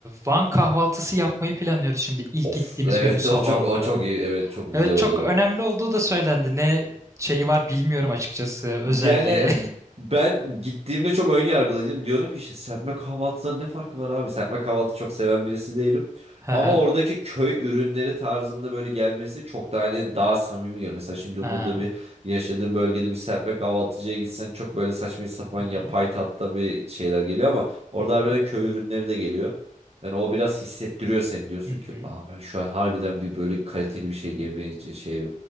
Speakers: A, on the right (about 20°); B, on the right (about 50°).
A: Van kahvaltısı yapmayı planlıyoruz şimdi ilk
B: Of
A: gittiğimiz
B: evet
A: günün sabahında.
B: o çok o çok iyi. Evet çok güzel
A: Evet
B: olur
A: çok
B: o.
A: önemli olduğu da söylendi. Ne şeyi var bilmiyorum açıkçası özelliği.
B: Yani ben gittiğimde çok ön yargılıydım. Diyordum ki işte serpme kahvaltıdan ne farkı var abi? Serpme kahvaltı çok seven birisi değilim.
A: <laughs> Hı
B: Ama
A: hı.
B: oradaki köy ürünleri tarzında böyle gelmesi çok daha hani daha samimi geliyor. Mesela şimdi
A: Ha.
B: burada bir yaşadığım bölgede bir serpme kahvaltıcıya gitsen çok böyle saçma sapan
A: Hı hı.
B: yapay tatta bir şeyler geliyor ama orada
A: Hı hı.
B: harbiden köy ürünleri de geliyor. Yani o biraz hissettiriyor seni diyorsun
A: Hı
B: ki
A: hı.
B: ah ben şu an harbiden bir böyle kaliteli bir şey yemeye şey